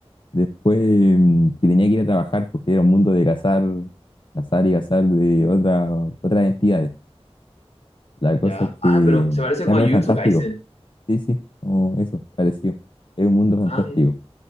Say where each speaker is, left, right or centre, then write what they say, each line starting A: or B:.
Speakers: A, on the left (about 50°); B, on the left (about 75°).
A: Después mm, que tenía que ir a trabajar porque era un mundo de cazar, cazar y cazar de otra, otras entidades. La cosa
B: Ya.
A: es
B: Ah,
A: que
B: pero se
A: mm,
B: parece como
A: era medio
B: a Jujutsu
A: fantástico.
B: Kaisen.
A: Sí, sí, como eso, parecido. Es un mundo fantástico.
B: Ah, ya.